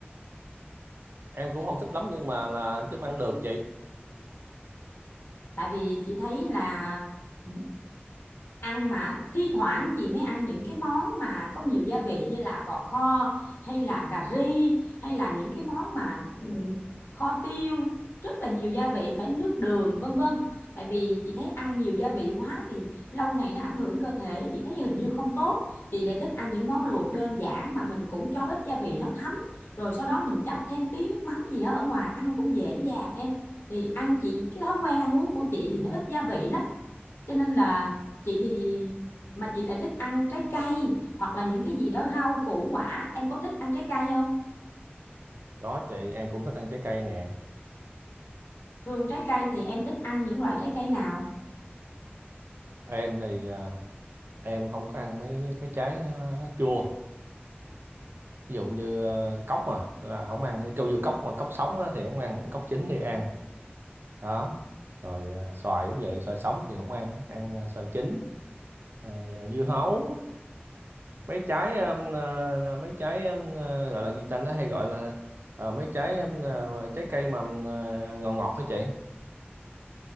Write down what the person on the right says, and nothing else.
Em cũng không thích lắm nhưng mà là chúng ăn được chị.
Đó chị, em cũng thích ăn trái cây nè.
Em thì ờ, em không có ăn mấy cái trái ờ, chua ví dụ như ờ, cốc mà là không ăn kêu vô cốc mà cốc sống á, thì không ăn cốc chín thì ăn đó rồi ờ, xoài cũng vậy xoài sống thì không ăn ăn ờ, xoài chín Rồi, ờ, dưa hấu mấy trái ừm, ờ, là mấy trái ừm, ờ, gọi là gì ta nó hay gọi là ờ, mấy trái ừm, ờ, trái cây mà ừm, ờ, ngọt ngọt hả chị